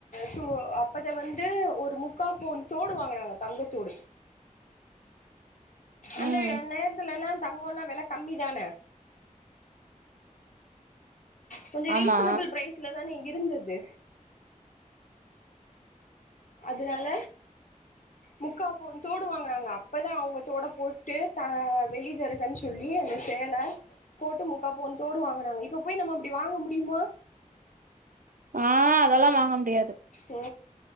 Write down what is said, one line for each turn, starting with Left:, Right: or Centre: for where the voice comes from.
Left: து அப்பத வந்து ஒரு முக்கா பவுன் தோடு வாங்குனாங்க தங்கத்தோடு அந்த
Right: ம்
Left: நேரத்துலல்லா தங்கோல்லா வெல கம்மி தான கொஞ்சோ
Right: ஆமா
Left: ரீசனபிள் ப்ரைஸ்ல தானே இருந்துது அதனால முக்கா பவுன் தோடு வாங்குனாங்க அப்பதா அவங்க தோட போட்டு த வெள்ளி ஜருகன்னு சொல்லி அந்த சேல போட்டு முக்கா பவுன் தோடு வாங்குனாங்க இப்ப போய் நம்ம அப்டி வாங்க முடியுமா
Right: ஆ அதெல்லா வாங்க முடியாது
Left: ஓ